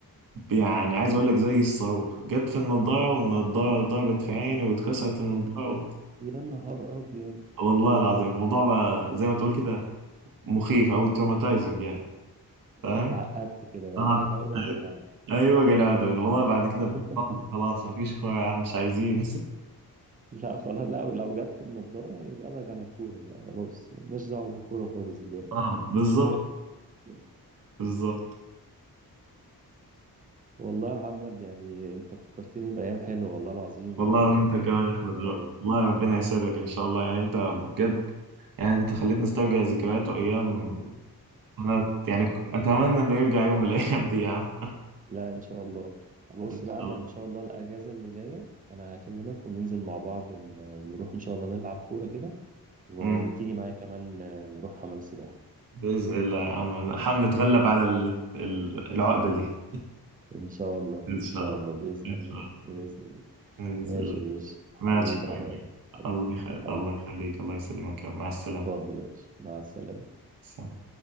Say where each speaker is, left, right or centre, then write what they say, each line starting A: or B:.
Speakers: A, on the right; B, on the right.
A: يعني عايز اقول لك زي الصاروخ جت في النظاره والنظاره ضربت في عيني واتكسرت النظاره
B: يا نهار ابيض
A: والله العظيم الموضوع بقى زي ما تقول كده مخيف او تروماتايزنج يعني فاهم
B: اتعقدت كده بقى
A: اه
B: جالك عقدة من لا
A: ايوه جالي عقدة منه. والله بعد
B: <laughs>
A: كده بطلت، خلاص مفيش كوره يا عم مش عايزين
B: لا خلاص لا لو جت في النضارة يبقى ابعد عن الكورة لا خلاص مالناش دعوة بالكورة خالص دلوقتي
A: <laughs> اه بالظبط
B: مش مهم كده.
A: بالظبط
B: والله يا محمد يعني انت فكرتني بأيام حلوة والله العظيم والموضوع
A: والله وانت كمان يا احمد
B: الهوايات
A: والله ربنا يسعدك ان شاء الله يعني انت بجد يعني انت خليتني استرجع ذكريات وايام انا يعني ك- اتمنى انه يرجع يوم من <laughs> الايام دي يا عم
B: لا ان شاء الله بص
A: ان شاء
B: بقى انا
A: الله
B: ان شاء الله الاجازه اللي جايه انا هكلمك وننزل مع بعض ن- نروح ان شاء الله نلعب كوره كده و-
A: امم
B: وتيجي معايا كمان آه، نروح حمام السباحه
A: باذن الله يا عم نحاول نتغلب على ال- ال- العقده دي
B: ان شاء الله
A: ان شاء
B: ان شاء
A: الله
B: الله باذن
A: ان
B: الله
A: شاء الله
B: باذن الله
A: باذن
B: ماشي
A: الله
B: يا باشا حبيبي
A: ماشي يا
B: حبيبي
A: حبيبي
B: حبيبي
A: الله يخليك
B: حبيبي
A: الله يخليك الله يسلمك يا رب. مع السلامه
B: اتفضل يا باشا مع السلامه
A: سلام.